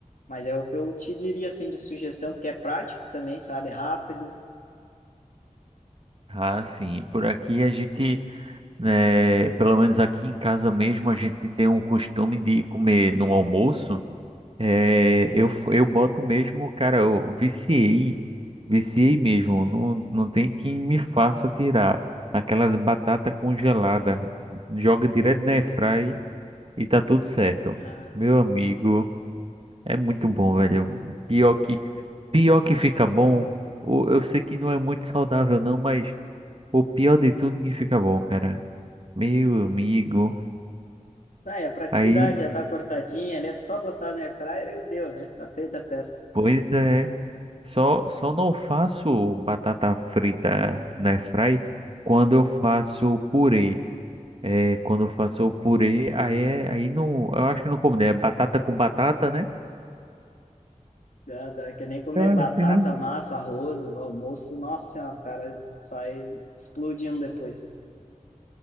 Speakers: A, on the left; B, on the right.
A: Mas é o que eu te diria, assim, de sugestão, porque é prático também, sabe? Rápido.
B: Ah, sim. Por aqui a gente. É, pelo menos aqui em casa mesmo, a gente tem um costume de comer no almoço. É, eu, f- eu boto mesmo, cara, eu viciei, viciei mesmo. Não, não tem quem me faça tirar aquelas batata congelada. Joga direto na airfry e tá tudo certo.
A: Ah,
B: Meu amigo, é muito bom, velho. Pior que, pior que fica bom. o- Eu sei que não é muito saudável, não, mas o pior de tudo é que fica bom, cara. Meu amigo.
A: Ah, é, a praticidade
B: Aí,
A: já tá cortadinha, ali é só botar na air fryer e deu, né? Tá feita a festa.
B: pois é, só só não faço batata frita na fry quando eu faço purê. É, quando eu faço o purê, aí é, aí não, eu acho que não combina, é batata com batata, né?
A: Ah, tá, que nem comer
B: Eu acho
A: batata,
B: que não.
A: massa, arroz, o almoço, nossa senhora, o cara sai explodindo depois.